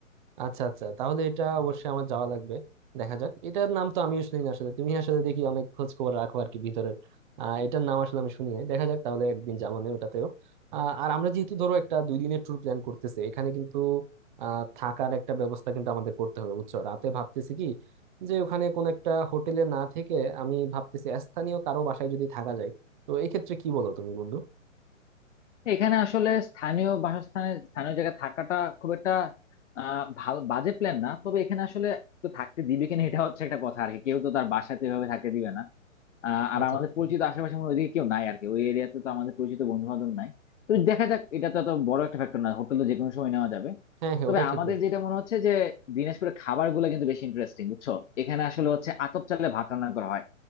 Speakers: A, on the right; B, on the left.
A: আচ্ছা আচ্ছা তাহলে এটা অবশ্যই আমার যাওয়া লাগবে দেখা যাক এটার নাম তো আমিও শুনি না আসলে তুমি আসলে দেখি অনেক খোঁজ খবর রাখো আর কি ভিতরের আহ এটার নাম আসলে আমি শুনি নাই দেখা যাক তাহলে একদিন যাবো না ওটাতেও আহ, আর আমরা যেহেতু ধরো একটা দুই দিনের ট্যুর প্ল্যান করতেছি এখানে কিন্তু আহ থাকার একটা ব্যবস্থা কিন্তু আমাদের করতে হবে বুঝছো রাতে ভাবতেছি কি যে ওখানে কোন একটা হোটেলে না থেকে আমি ভাবতেছি স্থানীয় কারো বাসায় যদি থাকা যায় তো এক্ষেত্রে কি বলো তুমি বন্ধু
B: এখানে আসলে স্থানীয় বাসস্থানে স্থানীয় জায়গায় থাকাটা খুব একটা আহ ভালো বাজে প্ল্যান না তবে এখানে আসলে তো থাকতে দিবে কিনা এটা হচ্ছে একটা কথা আর কি কেউ তো তার বাসাতে এভাবে থাকতে দিবে না আহ, আর
A: আচ্ছা
B: আমাদের
A: আচ্ছা
B: পরিচিত আশেপাশে মনে হয় ওইদিকে কেউ নাই আর কি ওই এরিয়াতে তো আমাদের পরিচিত বন্ধু বান্ধব নাই তো দেখা যাক এটা তো এত বড় একটা ফ্যাক্টর না হোটেল তো যেকোনো সময় নেওয়া যাবে
A: হ্যাঁ হ্যাঁ
B: তবে
A: ওটা ঠিক
B: আমাদের
A: বলছো
B: যেটা মনে হচ্ছে যে দিনাজপুরের খাবার গুলো কিন্তু বেশি ইন্টারেস্টিং বুঝছো এখানে আসলে হচ্ছে আতপ চালে ভাত রান্না করা হয়